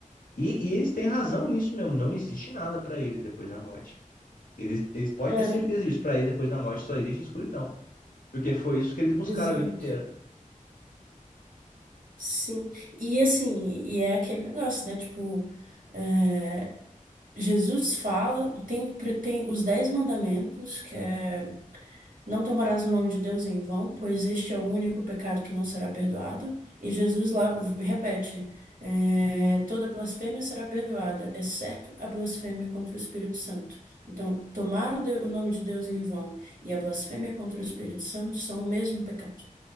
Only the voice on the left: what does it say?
E, e eles têm razão nisso mesmo, não existe nada para eles depois da morte. Eles, eles podem
ter certeza disso, para eles depois da morte só existe escuridão, porque foi isso que eles buscaram
a vida inteira.